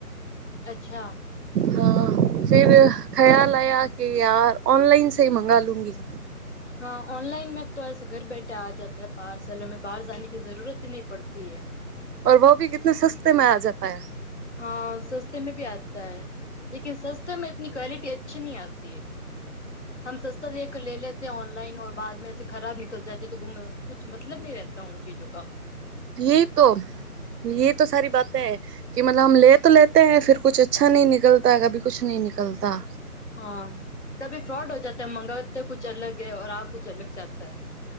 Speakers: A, on the left; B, on the right.
A: અચ્છા.
B: હા ફર ખ્યાલ આયા કે યાર ઓનલાઈન સ મંગા લુંંગી
A: હા ઓનલાઇન મે તો પરસ્સ ઘર બેઠા આ જતા પહારસલ હ બહાર જની કે જરૂરત નહી પડતી હે
B: ઓ વહ ભી કિતને સસ્તે મે આ જાતા હૈ.
A: હા સસ્તે મે ભી આતા હૈ. લકન સસ્તામાં એતની ક્વલિટી અચ્છી નહી આતી હ હમ સસ્તા દે લ લે ઓનલાઈન બાદ ખરાબ નિકલ જતે તો કછ મતલબ ન રહેતા ચીજો ક
B: એ તો એ તો સારી બાત હૈ કે મતલબ હમ લે તો લેતે હૈ ફિર કુછ અચ્છા નહી નિકલતા કભી કુછ નહી નિકલતા.
A: હા કભી ફ્રોડ હો જતા મંગવાતા કુછ અલગ હૈ આ કુછ અલગ જતા હ.